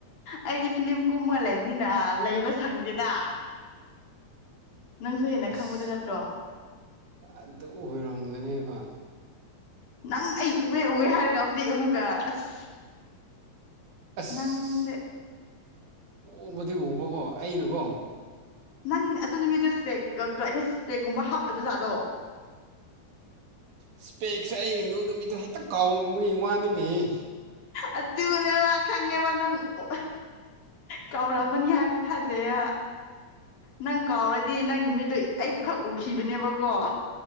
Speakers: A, on the left; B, on the right.
A: ꯑꯩꯗꯤ ꯐꯤꯂꯤꯂꯝ ꯀꯨꯝꯃ ꯂꯩꯕꯅꯤꯅ ꯂꯩꯕ ꯁꯪꯗꯦꯗ ꯅꯪꯁꯨ ꯍꯦꯟꯅ
B: ꯑꯁ
A: ꯈꯪꯕꯗꯨ ꯅꯠꯇ꯭ꯔꯣ
B: ꯑꯗꯨ ꯑꯣꯏꯔꯝꯒꯅꯦꯕ
A: ꯅꯪ ꯑꯩ ꯎꯑꯦ ꯎꯑꯦ ꯍꯥꯏꯔꯒ ꯍꯧꯖꯤꯛ ꯑꯃꯨꯛꯀ ꯑꯁ
B: ꯑꯁ
A: ꯅꯪꯁꯦ
B: ꯎꯕꯗꯤ ꯎꯕꯀꯣ ꯑꯩꯅꯀꯣ
A: ꯅꯪ ꯑꯗꯨ ꯅꯨꯃꯤꯠꯇ ꯏꯁ꯭ꯄꯦꯒꯛꯇꯣ ꯑꯩꯅ ꯏꯁꯄꯦꯒꯀꯨꯝꯕ ꯍꯥꯞꯇꯕ ꯖꯥꯠꯂꯣ
B: ꯏꯁꯄꯦꯛꯁꯦ ꯑꯩ ꯑꯗꯨ ꯅꯨꯃꯤꯠꯇ ꯍꯦꯛꯇ ꯀꯥꯎꯔꯝꯕꯒꯤ ꯋꯥꯅꯤꯅꯦꯍꯦ
A: ꯑꯗꯨꯅꯦꯕ ꯈꯪꯉꯦꯕ ꯅꯪ ꯑꯣ ꯀꯧꯔꯝꯃꯅꯤ ꯍꯥꯏꯕꯁꯦ ꯊꯥꯖꯩꯌꯦꯕ ꯅꯪ ꯀꯥꯎꯔꯗꯤ ꯅꯪꯒꯤ ꯃꯤꯠꯇꯣ ꯑꯩꯕꯨ ꯈꯛ ꯎꯈꯤꯕꯅꯦꯕꯀꯣ